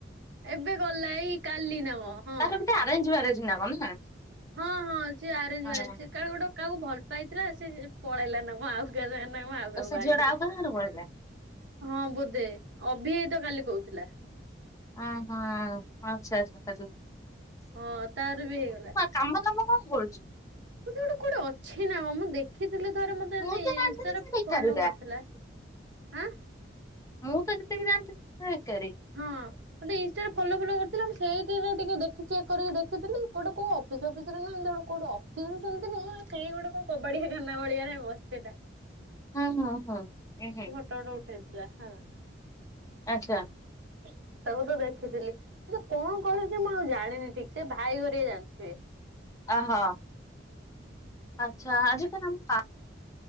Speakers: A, on the right; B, on the left.
A: ଏବେ ଗଲା ଏଇ କାଲି ନା କଣ? ହଁ।
B: ତାର ବୋଧେ ଆରେଞ୍ଜମ୍ୟାରେଜ ନା କଣ ନା?
A: ହଁ ହଁ ସିଏ ଆରେଞ୍ଜମ୍ୟାରେଜ
B: ହଁ।
A: ସେ କାଳେ ଗୋଟେ କାହାକୁ ଭଲ ପାଇଥିଲା ସେ ପଳେଇଲା ନା କଣ ଆଉ କା <unintelligible> ଆଉ
B: ତ
A: କାହାକୁ
B: ସେ
A: ବାହା
B: ଝିଅ
A: ହେଇଗଲା
B: ଟା ଆଉ କାହା
A: ନା
B: ଘରେ ପଳେଇଲା
A: ହଁ ବୋଧେ ଅଭି ଭାଇ ତ କାଲି କହୁଥିଲା?
B: ଓହୋ ଆଛା ଆଛା।
A: ହଁ ତାର ବି ହେଇଗଲା।
B: କାମ ଦାମ କଣ କରୁଛି?
A: ବୋଧେ କୁଆଡ଼େ ଗୋଟେ କୋଉଠି ଅଛି ନା ମୁଁ ଦେଖି ଦେଖିଥିଲେ ଥରେ ମତେ
B: ମୁଁ
A: ଇ ଇ
B: ତ ଜାଣିଥିଲି
A: ଇନଷ୍ଟା
B: ସେ ବେକାରୀ
A: ଫଲୋ
B: ଟା
A: କରୁଥିଲା ଆଁ।
B: ମୁଁ ତ ଯେତିକି ଯାଣିଥିଲି ସେ ବେକାରୀ।
A: ମତେ ଇନଷ୍ଟା ଫଲ ଫଲ କରିଥିଲା ମୁଁ ସେଇଠି ଟିକେ ଦେଖି ଚେକ୍ କରିକି ଦେଖିଥିଲି ଗୋଟେ କୋଉ ଅଫିସ୍ ଫସସିରେ ନା ଏମିତି ଗୋଟେ ସେମତି ନୁହଁ ସେଇ ଗୋଟେ କଣ କବାଡିଆ ଖାନା ଭଳିଆରେ ବସିଥିଲା।
B: ହୁଁ ହୁଁ।
A: ଫଟ ଫଟ ଉଠେଇଥିଲା ହଁ।
B: ଆଚ୍ଛା।
A: ହଁ ତାକୁ ତ ଦେଖିଥିଲି ଆ ସେ କଣ କରୁଛି ମୁଁ ଆଉ ଜାଣିନି ଠିକ ସେ ଭାଇ ହେରିକା ଜାଣିଥିବେ?
B: ଅହୋ ଆଛା ଆଜି କ <unintelligible>